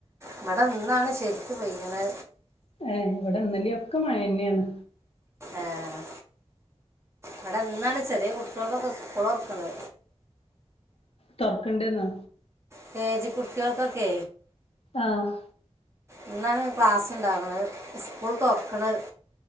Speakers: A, on the right (about 25°); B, on the left (about 55°).
A: ഇവിടെ ഇന്നാണ് ശരിക്കും പെയ്യ്ണെ
B: ഏ ഇവിടെ ഇന്നലൊക്കെ മഴന്നേണ്
A: ഏഹ് ഇവിടെന്നാണ് ചെറിയ കുട്ട്യള്ക്കൊക്കെ സ്കൂളൊറക്ക്ണത്
B: തൊറ്ക്ക്ണ്ടന്നൊ
A: കെ ജി കുട്ട്യള്ക്കൊക്കെ
B: ആഹ്
A: ഇന്നാണ് ക്ലാസ്സുണ്ടാവണെ സ്കൂൾ തൊറ്ക്ക്ണെ